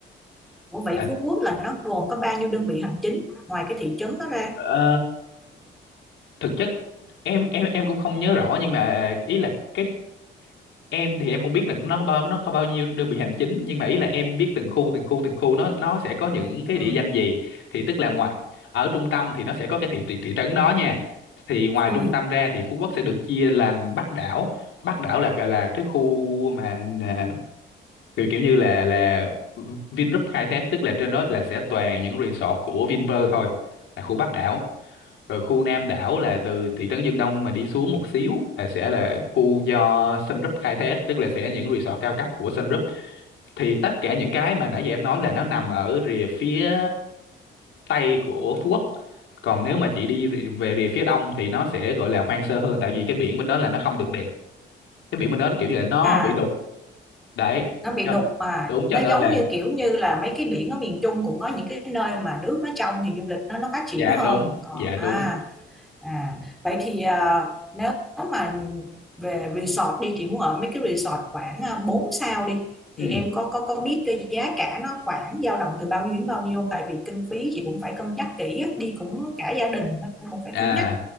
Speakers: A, in the centre; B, on the left (about 75°).
A: Ủa vậy
B: À,
A: Phú Quốc là nó gồm có bao nhiêu đơn vị hành chính ngoài cái thị trấn đó ra?
B: Ờ, thực chất em em em cũng không nhớ rõ nhưng mà ý là cái em thì em không biết là nó có bao nó có bao nhiêu đơn vị hành chính nhưng mà ý là em biết từng khu từng khu từng khu nó nó sẽ có những cái
A: Ừ.
B: địa danh gì thì tức là ngoài ở trung tâm thì nó sẽ có cái thị thị, thị trấn đó nha thì ngoài
A: Ừ.
B: trung tâm ra thì Phú Quốc sẽ được chia làm Bắc đảo Bắc đảo là là cái khu mà à, kiểu kiểu như là là Vingroup khai thác tức là trên đó là sẽ toàn những resort của Vinpearl thôi là khu Bắc đảo rồi khu Nam đảo là từ thị trấn Dương Đông mà đi xuống một xíu là sẽ là khu do Sun Group khai thác tức là sẽ những resort cao cấp của Sun Group thì tất cả những cái mà nãy giờ em nói là nó nằm ở rìa phía tây của Phú Quốc còn nếu mà chị đi rì- về rìa phía đông thì nó sẽ gọi là hoang sơ hơn tại vì cái biển bên đó là nó không được đẹp cái biển bên đó kiểu như là nó
A: À.
B: bị đục đấy
A: nó bị
B: cho-
A: đục mà
B: đúng
A: nó
B: cho nên
A: giống
B: là
A: như kiểu như là mấy cái biển ở miền Trung cũng có những cái nơi mà nước nó trong thì du lịch nó nó phát triển
B: dạ
A: hơn
B: đúng
A: còn
B: dạ
A: à
B: đúng
A: à vậy thì à, nếu mà về resort đi chị muốn ở mấy cái resort khoảng à, 4 sao đi
B: ừ.
A: thì em có có có biết cái giá cả nó khoảng dao động từ bao nhiêu đến bao nhiêu không tại vì kinh phí chị cũng phải cân nhắc kỹ á, đi cũng cả gia đình nên cũng phải
B: à
A: cân nhắc